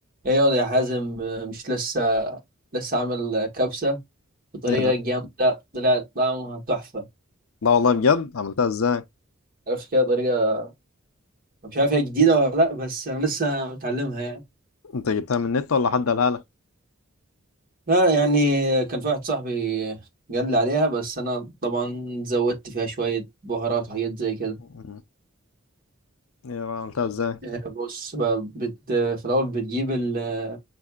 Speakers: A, on the right (about 45°); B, on the left (about 85°).
A: ايه ياض يا حازم آه، مش لسه لسه عامل آه، كبسة بطريقة
B: ايه ده
A: جامدة طلعت طعمها تحفة
B: لا والله بجد عملتها ازاي
A: عرفت كده طريقة مش عارف هي جديدة ولا لا بس انا لسه متعلمها يعني
B: انت جبتها من النت ولا حد قالها لك
A: لا يعني كان في واحد صاحبي قال لي عليها بس انا طبعا زودت فيها شوية بهارات وحاجات زي كده
B: مم. ايه بقى عملتها ازاي
A: آه، بص بقى، بت في الاول بتجيب ال...